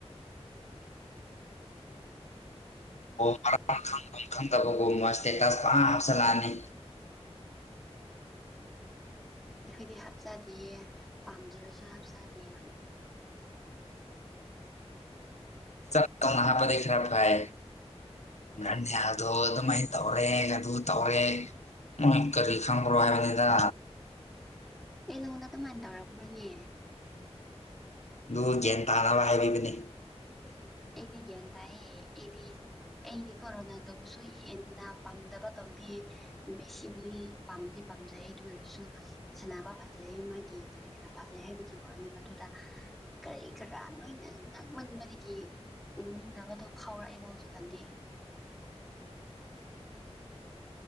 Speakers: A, on the left; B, in the centre.
A: ꯑꯣ ꯃꯔꯥ ꯈꯪ ꯈꯪꯗꯕꯒꯣ ꯃꯣꯏ ꯏꯁꯇꯦꯇꯁ ꯄꯨꯔꯥ ꯍꯥꯞꯆꯤꯜꯂꯛꯑꯅꯤ
B: ꯑꯩꯈꯣꯏꯗꯤ ꯍꯥꯞꯆꯗꯦꯌꯦ ꯄꯥꯝꯖꯔꯁꯨ ꯍꯥꯞꯆꯗꯦ ꯑꯩꯈꯣꯏꯗꯤ <inaudible>
A: ꯆ ꯅꯍꯥꯄ ꯈꯔ ꯐꯏ ꯅꯪꯅꯦ ꯑꯗꯣ ꯑꯗꯨꯃꯥꯏꯅ ꯇꯧꯔꯦ ꯑꯗꯨ ꯑꯗꯨ ꯇꯧꯔꯦ ꯅꯣꯏ ꯀꯔꯤ ꯈꯪꯕ꯭ꯔꯣ ꯍꯥꯏꯕꯅꯤꯗ
B: ꯑꯦ ꯅꯪꯉꯣꯟꯗ ꯑꯗꯨꯃꯥꯏꯅ ꯇꯧꯔꯄ꯭ꯔꯣꯅꯦ
A: ꯑꯗꯨ ꯒ꯭ꯌꯥꯟ ꯇꯥꯅꯕ ꯍꯥꯏꯕꯤꯕꯅꯤ
B: ꯑꯦꯒꯤꯒꯤꯅꯤ ꯇꯥꯏꯌꯦ ꯑꯩꯗꯤ ꯑꯩꯗꯤ ꯀꯣꯔꯣꯅꯥꯗꯕꯨꯁꯨ ꯍꯦꯟꯅ ꯄꯥꯝꯗꯕ ꯇꯧꯗꯦꯌꯦ ꯕꯦꯁꯤꯕꯨꯂꯤ ꯄꯥꯝꯗꯤ ꯄꯥꯝꯖꯩ ꯑꯗꯨ ꯑꯣꯏꯔꯁꯨ ꯁꯅꯕ ꯐꯖꯩꯌꯦ ꯃꯥꯒꯤ ꯀꯔꯤ ꯀꯔꯥ ꯐꯖꯩ ꯍꯥꯏ ꯍꯥꯏꯕꯤꯈꯤꯕ ꯋꯥꯅꯤ ꯃꯗꯨꯗ ꯀꯔꯤ ꯀꯔꯥ ꯅꯣꯏꯅ ꯉꯛꯃꯟꯕꯗꯒꯤ ꯎꯅꯤꯡꯗꯕꯗꯣ ꯐꯥꯎꯔꯛꯑꯦꯕ ꯍꯧꯖꯤꯛꯀꯥꯟꯗꯤ